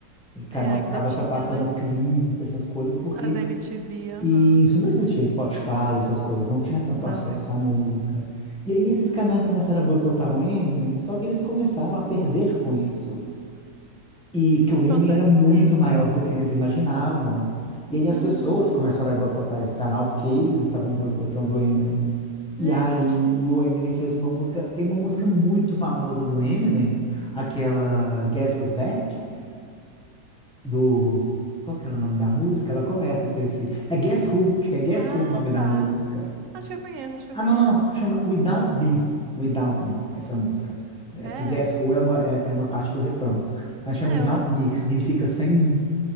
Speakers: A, in the centre; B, on the right.
A: E Canal
B: é, ainda
A: que ficava
B: tinha,
A: só passando
B: né?
A: clipe, essas coisas, porque
B: As MTV, aham.
A: E isso não existia Spotify, essas coisas, não tinha tanto
B: Não.
A: acesso à música. E aí esses canais começaram a boicotar o Eminem, só que eles começaram a perder com isso. E porque o Eminem
B: Com certeza.
A: era muito maior do que eles imaginavam. E aí as
B: Uhum.
A: pessoas começaram a boicotar esse canal porque eles estavam boicotando o Eminem.
B: Gente.
A: E aí o Eminem fez uma música, tem uma música muito famosa do Eminem, aquela Guess Who's Back, do... Qual que era o nome da música? Ela começa com esse... É Guess Who, acho que é Guess
B: Ah,
A: Who o nome da
B: tá.
A: música.
B: Acho que eu conheço, acho que eu
A: Ah,
B: conheço.
A: não, não, não. Chama Without Me. Without Me, essa música. É
B: É,
A: porque Guess Who é uma, é, é uma parte do refrão. Mas chama
B: é,
A: Without
B: eu lembro.
A: Me, que significa sem mim.